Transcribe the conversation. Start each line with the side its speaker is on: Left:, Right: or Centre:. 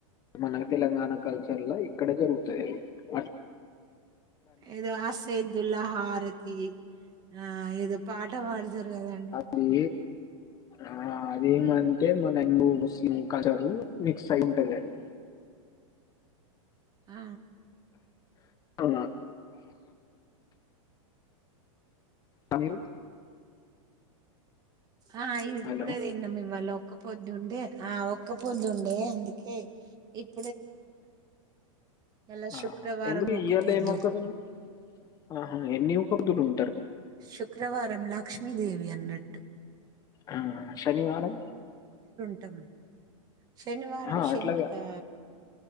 Left: మన తెలంగాణ కల్చర్ లో ఇక్కడే జరుగుతాయి అవి
Right: ఏదో అసైదుల్లాహరతి ఆ ఏదో పాఠ పాడు జరు కదండి
Left: అది ఆ అదేమంటే మన హిందూ ముస్లిం కల్చర్ మిక్స్ అయి ఉంటది అది
Right: ఆ
Left: అవునా తమీరు
Right: హ ఇది ఇప్పుడే
Left: హలో
Right: తిన్నాం మిమ్మల్లొ ఒక్క పొద్దుండే ఆ ఒక్క పొద్దుండే అందుకే ఇప్ ఇయాల
Left: ఆ
Right: శుక్రవారం
Left: ఎందుకు
Right: ఒక్క
Left: ఇయాలే
Right: పొద్దు
Left: ఏ మోక్కకున్నావ్ ఆహ ఎన్ని వొక్క పొద్దులు ఉం
Right: శుక్రవారంలా లక్ష్మీదేవి అన్నట్టు
Left: ఆ శనివారం
Right: ట్టం శనివారం
Left: అహా!
Right: శంక్
Left: అట్లా కాదు.
Right: ఆ